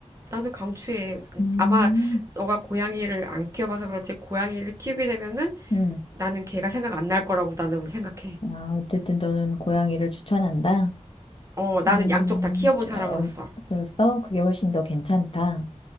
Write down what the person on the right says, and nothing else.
나는 강추해.
아마, 너가 고양이를 안 키워봐서 그렇지, 고양이를 키우게 되면은,
나는 걔가 생각 안 날 거라고 나는 생각해.
어, 나는
양쪽 다 키워본
사람으로서.